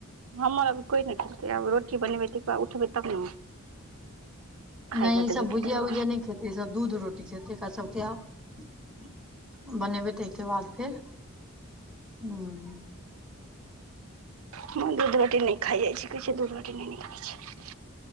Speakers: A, on the right; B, in the centre.
A: हमर अभी कोय नै खेलकै, आब रोटी बनेबै तैय के बाद उठबै तब ने। खाय
B: नै
A: लए
B: ई
A: देबै
B: सब भुजिया-
A: ककरो
B: वुजिया नै खेतै। ई सब दूध रोटी खेतै, एकरा सबके आ बनेबेै तैय के बाद फेर हूं।
A: हमर दूध रोटी नै खाय जाय छै, कहै छै दूध रोटी नै नीक लगै छै।